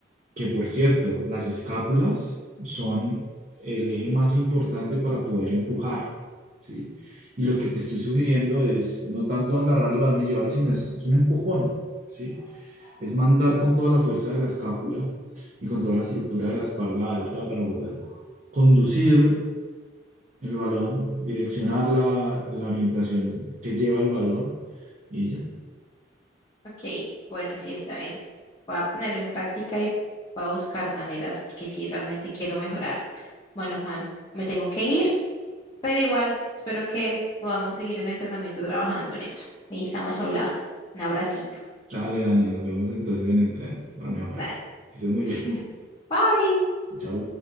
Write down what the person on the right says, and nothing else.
que por cierto, las escápulas son el eje más importante para poder empujar, ¿sí? Y lo que te estoy sugiriendo es no tanto agarrar el balón y llevarlo, sino es, es un empujón, ¿sí? es mandar con toda la fuerza de la escápula y con toda la estructura de la espalda alta para poder conducir el balón, direccionar la, la orientación que lleva el balón y ya.
Dale, Dani, nos vemos entonces en el tren para mejorar.
Que estés muy
bien.
Chau.